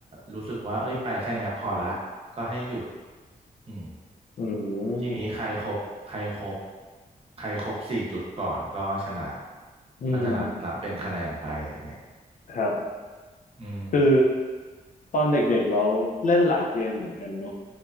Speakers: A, on the right; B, on the left.
A: รู้สึกว่าเอ้ยไปแค่เนี้ยพอละก็ให้หยุดอืม
B: อืม
A: ทีนี้ใครครบ ใครครบ ใครครบสี่จุดก่อนก็ชนะ
B: อืม
A: ก็จะนับนับเป็นคะแนนไปอะไรเงี้ย
B: ครับ
A: อืม
B: คือตอนเด็กๆเราเล่นหลายเกมเหมือนกันเนาะ